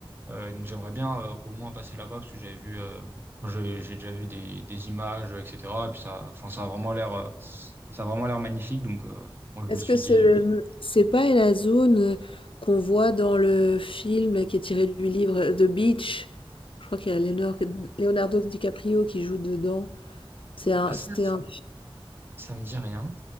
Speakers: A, on the right; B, on the left.
A: Euh, donc j'aimerais bien euh, au moins passer là-bas parce que j'avais vu, euh, je- j'ai déjà vu des, des images, euh, etc. Et puis ça, enfin, ça a vraiment l'air, euh, ça a vraiment l'air magnifique. Donc euh, moi,
B: Est-ce
A: je me suis
B: que
A: dit,
B: c'est le-
A: euh,
B: c'est pas la zone euh, qu'on voit dans le film là, qui est tiré du livre euh, The Beach? Je crois qu'il y a Leonor- Leonardo DiCaprio qui joue dedans. C'est un-
A: ah ça,
B: C'était un,
A: ça me dit rien.